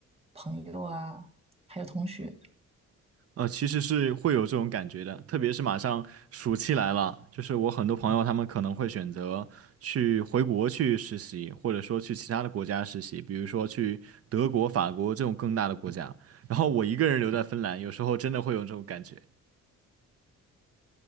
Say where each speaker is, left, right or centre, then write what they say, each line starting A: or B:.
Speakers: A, on the right; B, on the right.
A: 朋友啊，还有同学。
B: 呃，其实是会有这种感觉的，特别是马上暑期来了，就是我很多朋友他们可能会选择去回国去实习，或者说去其他的国家实习，比如说去德国、法国这种更大的国家。然后我一个人留在芬兰，有时候真的会有这种感觉。